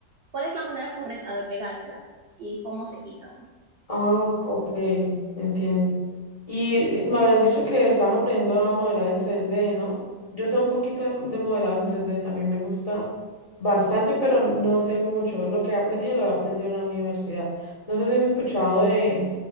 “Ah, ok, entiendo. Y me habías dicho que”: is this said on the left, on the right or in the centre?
Left